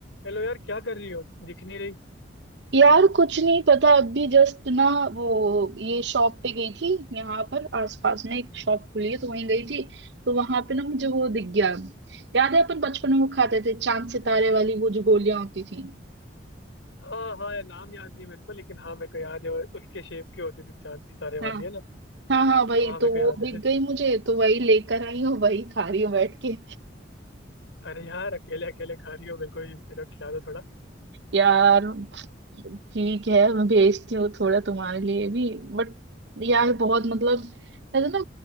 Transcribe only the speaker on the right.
यार कुछ नहीं पता अभी जस्ट ना वो ये शॉप पे गई थी यहाँ पर आसपास में एक शॉप खुली है तो वहीं गई थी तो वहां पे ना मुझे वो दिख गया याद है अपन बचपन में वो खाते थे चांद सितारे वाली वो जो गोलियां होती थी
हाँ
हाँ हाँ वही
तो
वो
दिख
गई मुझे तो वही लेकर आई हूँ वही खा रही हूँ बैठ के
यार ठीक है मैं भेजती हूँ थोड़ा तुम्हारे लिए भी बट यार बहुत मतलब ऐसा ना